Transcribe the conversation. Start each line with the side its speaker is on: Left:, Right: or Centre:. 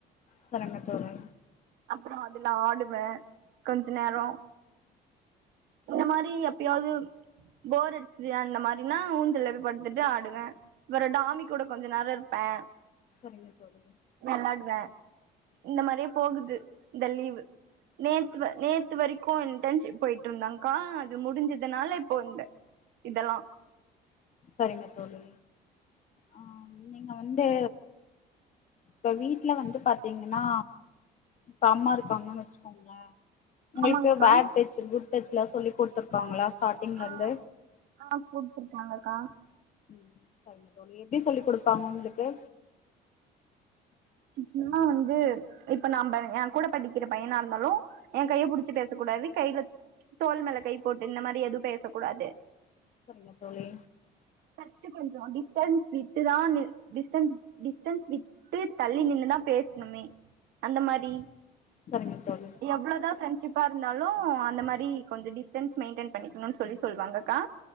Left: செரிங்க தோழி
Right: அப்புறோ அதுலா ஆடுவே கொஞ்ச நேரோ இந்தமாரி எப்பயாவ்து போர் அடிச்சிது அந்த மாரினா ஊஞ்சல்ல போய் படுத்துட்டு ஆடுவே அப்புற டாமி கூட கொஞ்ச நேரோ இருப்பே
Left: சரிங்க தோழி
Right: வேளாடுவே இந்த மாரியே போகுது இந்த லீவு நேத்த நேத்து வரைக்கும் இன்டர்ன்ஷிப் போயிட்டு இருந்தாங்க க்கா அது முடிஞ்சதுனால இப்போ இந்த இதல்லா
Left: சரிங்க தோழி ஆ நீங்க வந்து இப்ப வீட்ல வந்து பாத்தீங்கன்னா இப்ப அம்மா இருக்காங்கன்னு வச்சுக்கோங்களே உங்களுக்கு
Right: ஆமாங்க்கா
Left: பேட் டச் குட் டச் எல்லாம் சொல்லி குடுத்துருக்காங்களா ஸ்டாடிங்ல
Right: ஆ
Left: இருந்து
Right: ஆ குடுத்துருக்காங்கக்கா
Left: உம் சரிங்க தோழி எப்டி சொல்லி குடுப்பாங்க உங்களுக்கு
Right: சும்மா வந்து இப்ப நம்ப என் கூட படிக்கற பையனா இருந்தாலு என் கைய புடிச்சு பேச கூடாது கைல தோள் மேல கை போட்டு இந்த மாரி எதும் பேசக்கூடாது
Left: சரிங்க தோழி
Right: ஃபர்ஸ்ட் கொஞ்ச டிஸ்டன்ஸ் விட்டு தா நி டிஸ்டன்ஸ் டிஸ்டன்ஸ் வி ட்டு தள்ளி நின்னுதா பேசணுமே அந்த மாரி
Left: சரிங்க தோழி
Right: எவ்வளோ தா ஃப்ரெண்டஷிப்பா இருந்தாலும் அந்த மாரி கொஞ்ச டிஸ்டன்ஸ் மெயின்டயன் பண்ணிக்கணும்ன்ன சொல்லி சொல்லுவாங்கக்கா